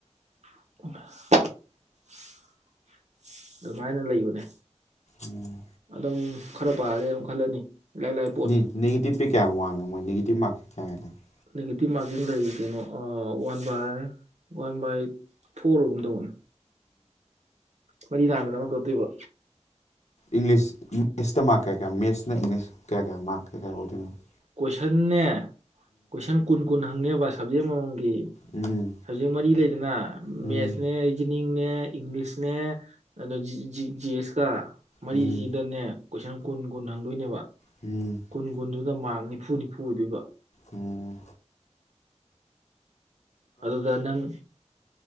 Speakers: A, on the right; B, on the left.
A: <inaudible> ꯑꯗꯨꯃꯥꯏꯅ ꯂꯩꯕꯅꯦ
B: ꯎꯝ
A: ꯑꯗꯨꯝ ꯈꯔ ꯄꯥꯔꯗꯤ ꯑꯗꯨꯝ ꯈꯜꯂꯅꯤ ꯏꯂꯥꯏ ꯂꯥꯏ ꯄꯣꯠꯅꯤ
B: ꯅꯦ ꯅꯦꯒꯦꯇꯤꯚ ꯀꯌꯥꯝ ꯋꯥꯡꯒꯦ ꯃꯣꯏ ꯅꯦꯒꯦꯇꯤꯞ ꯃꯥꯔꯛꯀꯤꯡ ꯀꯌꯥ <unintelligible>
A: ꯅꯦꯒꯦꯇꯤꯞ ꯃꯥꯔꯀꯤꯡ ꯂꯩ ꯀꯩꯅꯣ one by one by four ꯑꫭꯏꯒꯨꯝ ꯇꯧꯕꯅꯤ ꯃꯔꯤ ꯂꯥꯟꯕꯗ ꯑꯃ ꯀꯛꯇꯣꯏꯕ
B: ꯏꯪꯂꯤꯁꯦꯇ ꯃꯛ ꯀꯦ ꯅꯣ ꯏꯪꯂꯤꯁ ꯀꯌꯥ ꯀꯌꯥ ꯃꯥꯔ ꯀꯌꯥ ꯀꯌꯥ ꯑꯣꯏ꯫ <inaudible>
A: ꯀꯣꯏꯁꯟꯅꯦ ꯀꯣꯢꯁꯟ ꯀꯨꯟ ꯀꯨꯟ ꯍꯥꯏ ꯍꯪꯉꯦꯕ ꯁꯖꯦꯛ ꯑꯃ ꯃꯃ
B: ꯎꯝ
A: ꯁꯕꯖꯦꯛ ꯃꯔꯤ ꯂꯩ ꯅꯥ
B: ꯎꯝ
A: ꯃꯦꯠꯅꯦ ꯔꯤꯖꯅꯤꯡ ꯅꯦ ꯏꯪꯂꯤꯁꯅꯦ ꯑꯗꯣ ꯖꯤ ꯑꯦꯁ ꯆꯥ ꯃꯔꯤꯁꯤꯗꯅꯦ
B: ꯎꯝ ꯎꯝ
A: ꯀꯣꯏꯁꯟ ꯀꯨꯟ ꯀꯨꯟ ꯍꯪꯗꯣꯏꯅꯦꯕ꯫
B: ꯎꯝ
A: ꯀꯨꯟꯀꯨꯟꯗꯨ ꯑꯗ‌ꯣ ꯃꯥꯥꯟ ꯅꯤꯐꯨ ꯅꯤꯐꯨ ꯑꯣꯏꯗꯣꯏꯕ
B: ‌ꯑꯣ‌꯬꯬
A: ꯑꯗꯨꯗ ꯅꯪ